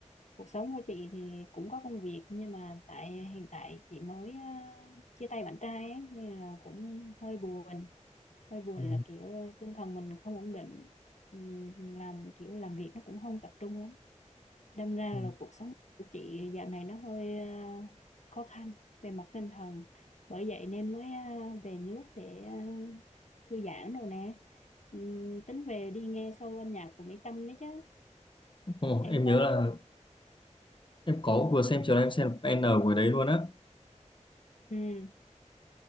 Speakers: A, on the left (about 65°); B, on the left (about 40°).
A: cuộc sống của chị thì cũng có công việc nhưng mà tại hiện tại chị mới ờ, chia tay bạn trai ấy, nên là cũng hơi buồn hơi buồn
B: ừ.
A: là kiểu ờ, tinh thần mình không ổn định Ừm, làm kiểu làm việc nó cũng không tập trung lắm đâm ra
B: Ừ.
A: là cuộc sống của chị dạo này nó hơi ờ, khó khăn về mặt tinh thần bởi vậy nên mới ờ, về nước để ờ, thư giãn đồ nè Ừm, tính về đi nghe show âm nhạc của Mỹ Tâm đấy chứ
B: Ồ,
A: em
B: em
A: có
B: nhớ là em có vừa xem chiều nay em xem N của đấy luôn á
A: ừ